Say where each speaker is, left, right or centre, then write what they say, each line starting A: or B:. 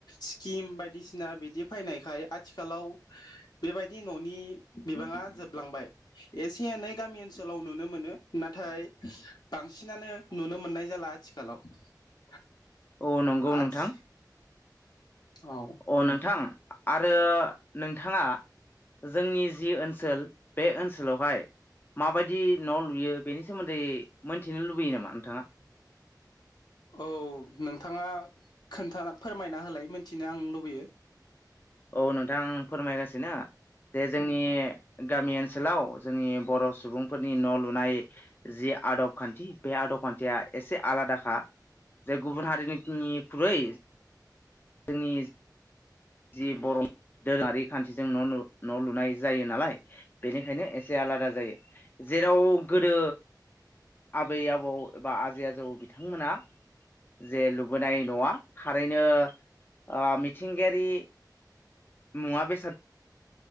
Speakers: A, on the left; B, on the left.
A: स्किम बायदि सिना बिदि फायनायखाय आथिखालाव बेबायदि न'नि बिबाङा जोबलांबाय एसे एसे एनै गामि ओनसोलाव नुनो मोनो नाथाय बांसिनानो नुनो मोननाय जाला आथिखालाव
B: औ नंगौ
A: आथि
B: नोंथां
A: औ
B: अ नोंथां आरो नोंथाङा जोंनि जि ओनसोल बे ओनसोलावहाय माबायदि न' लुयो बेनि सोमोन्दै मोनथिनो लुबैयो नामा नोंथाङा
A: औ नोंथाङा खोनथा फोरमायना होलाय मिथिनो आं लुबैयो
B: औ नोंथां फोरमायगासिनो जे जोंनि गामि ओनसोलाव जोंनि बर' सुबुंफोरनि न' लुनाय जि आदब खानथि बे आदब खानथिया एसे आलादाखा जे गुबुन हारिनिख्रुइ जोंनि जि बर' दोरोङारि खान्थिजों न' न' लुनाय जायो नालाय बेनिखायनो एसे आलादा जायो जेराव गोदो आबै आबौ एबा आजै आजौ बिथांमोना जे लुबोनाय नवा थारैनो ओ मिथिंगायारि मुवा बेसाद